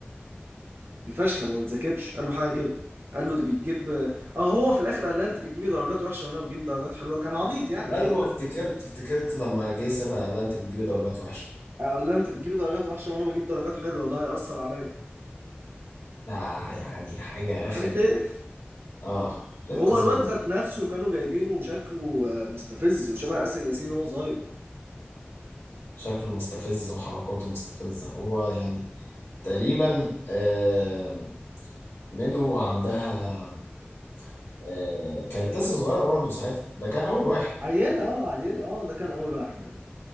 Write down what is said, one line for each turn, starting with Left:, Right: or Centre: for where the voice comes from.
Right: دي فاشله ما بتذاكرش قال له حاجه كده قال له ده بيجيب اه هو في الاخر قال لها انت بتجيبي درجات وحشه وانا بجيب درجات حلوه كان عبيط يعني
Left: أيوه
Right: كان
Left: افتكرت افتكرت لما جه سابها قال لها أنت بتجيبي درجات وحشة
Right: قال لها انت بتجيبي درجات وحشه وانا بجيب درجات حلوه وده هيأثر عليا
Left: ده يعني حاجة
Right: حاجه
Left: آخر
Right: تقرف
Left: آه إيه
Right: وهو
Left: القذارة
Right: الواد ذات
Left: دي؟
Right: نفسه كانوا جايبينه وشكله آه، مستفز وشبه آسر ياسين وهو صغير
Left: شكله مستفز وحركاته مستفزة هو يعني تقريبا آه، ميدو عندها آه، كانت لسه صغيرة برضو ساعتها ده كان أول واحد
Right: عيله اه عيله اه ده كان اول واحد يعني